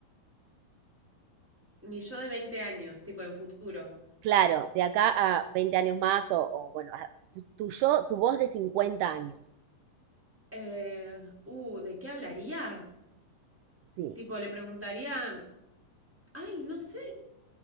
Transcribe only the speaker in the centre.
mi yo de veinte años, tipo en futuro.
Eh, uh, ¿de qué hablaría?
Tipo, le preguntaría, ay, no sé,